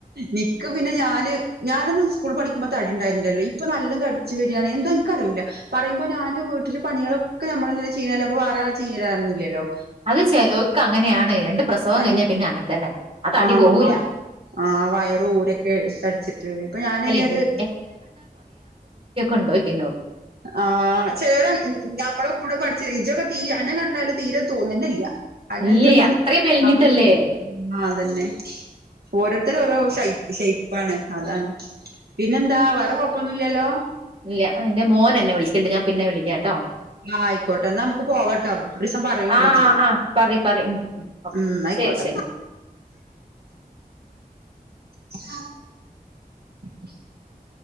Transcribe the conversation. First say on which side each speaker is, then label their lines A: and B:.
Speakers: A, on the right (about 85°); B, on the right (about 35°).
A: നിക്ക് പിന്നെ ഞാന് ഞാനൊന്നും സ്കൂൾ പഠിക്കുമ്പോ തടി ഇണ്ടരുന്നില്ലല്ലോ ഇൊ നല്ലും തടിച്ചു വരിയാണ എന്ത എനിക്ക അറില്ല പറയ്പോ ഞാന് വീട്ടില് പണിയളോക്കെ നമ്മളെ ചെയ്യ വേരാൾ ചെയ്യാറൊന്നില്ലല്ലോ
B: അത് ചെിലോൽക്ക് അങ്ങനെയാണ് രണ്ട് പ്രസവം
A: തടി
B: കഴിഞ്ഞാ പിന്നെ അങ്ങനത്തല്ലെ അത് തടി
A: ആഹ്
B: പോവൂല
A: ആ വയറ് ഊരൊക്കെ തടിച്ചിട്ട് ഇപ്പൊ ഞാനരു
B: അല്ല ഇൻ- ഉണ്ടോയിക്കന്നോട്
A: ആ ചിലര നമ്മളെ കൂടെ പഠിച്ച ഇച്ചൊക്കെ തീ അന്നെ കണ് നാലും തീരെ തോന്നോന്നില്ല <unintelligible>
B: ഇല്ലേ
A: ഇ
B: അത്രയും മെലിഞ്ഞിട്ടല്ലേ
A: അവള് ആ അതന്നെ ഓരോരുത്തരും ഓരോ ശൈ ക്ഷെ ഇപ്പാണ് അതാണ് പിന്നെന്താ വേറെ കൊഴപ്പൊന്നുംല്ലല്ലോ.
B: ഇല്ല ആ എന്റെ മോൻ എന്നെ വിളിക്കട്ടണ്ട്. ഞാൻപിന്നൊ വിളിക്ക
A: ആഹ ആയിക്കോട്ടൊ നമുക്ക് പോവട്ടോ ഒരിസം പറയണ്ട്
B: ആ
A: ചച്ചി.
B: ആ ആ പറി പറി ഉം ഉം ഓക്കെ
A: ഉം ആയിക്കട്ട.
B: ശരി ശരി
A: ആ